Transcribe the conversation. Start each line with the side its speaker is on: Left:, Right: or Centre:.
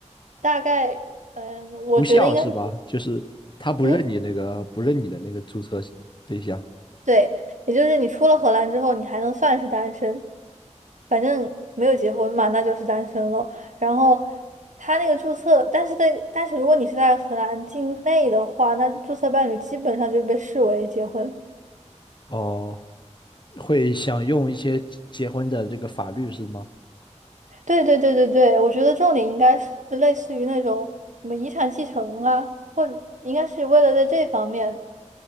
Right: 大概嗯，我觉得应该是
Left: 无效是吧？就是他不认你那个不认你的那个注册对象
Right: 嗯。对，也就是你出了荷兰之后，你还能算是单身，反正没有结婚嘛，那就是单身了。然后他那个注册，但是在但是如果你是在荷兰境内的话，那注册伴侣基本上就是被视为结婚。
Left: 哦，会想用一些结婚的这个法律是吗？
Right: 对对对对对，我觉得重点应该是类似于那种什么遗产继承啊，或应该是为了在这方面，